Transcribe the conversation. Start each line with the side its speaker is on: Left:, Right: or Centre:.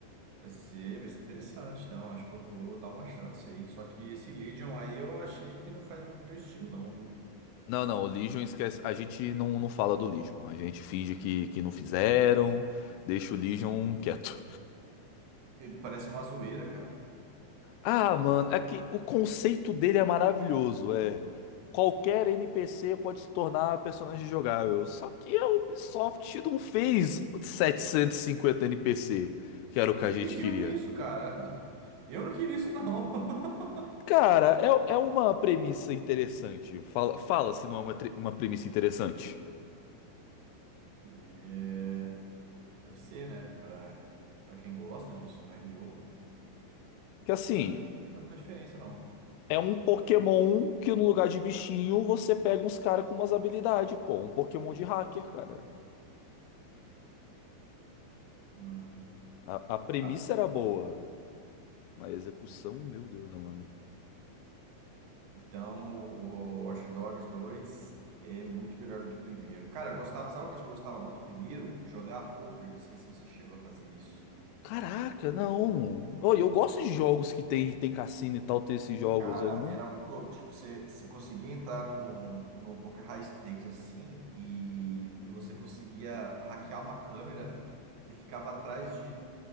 Right: vai ser, vai ser interessante. Então, acho que eu vou dar uma chance aí. Só que esse Legion aí eu achei que não faz muito meu estilo, não, viu?
Left: Não, não, o Legion esquece. A gente não, não fala do Legion. A gente finge que, que não fizeram, deixa o Legion quieto.
Right: Ele parece uma zoeira, cara.
Left: Ah, mano, é que o conceito dele é maravilhoso. É qualquer NPC pode se tornar personagem jogável. Só que a Ubisoft não fez 750 NPC, que era o que
Right: Quem
Left: a gente
Right: pediu
Left: queria.
Right: isso, cara? <laughs> Eu não queria isso, não. <laughs>
Left: Cara, é, é uma premissa interessante. Fala, fala se não é uma, tre- uma premissa interessante.
Right: E é, deve ser, né? Pra, pra quem gosta disso, mas eu,
Left: Que assim,
Right: pra mim, não faz muita diferença, não.
Left: é um Pokémon que no lugar de bichinho você pega uns caras com umas habilidades, pô. Um Pokémon de hacker, cara.
Right: Hum.
Left: A, a premissa
Right: Tá.
Left: era boa, mas a execução, meu Deus, mano.
Right: Então, o Watch Dogs dois é muito melhor do que o primeiro. Cara, eu gostava, sabe uma coisa que eu gostava muito? Primeiro, jogar poker. Não sei se você chegou a fazer isso.
Left: Caraca, não. Oh, eu gosto de jogos que tem, tem cassino e tal, ter esses jogos.
Right: Cara,
Left: Eu não.
Right: era muito louco. Tipo, você, você conseguia entrar num, num poker high stakes assim e, e você conseguia hackear uma câmera <laughs> que ficava atrás de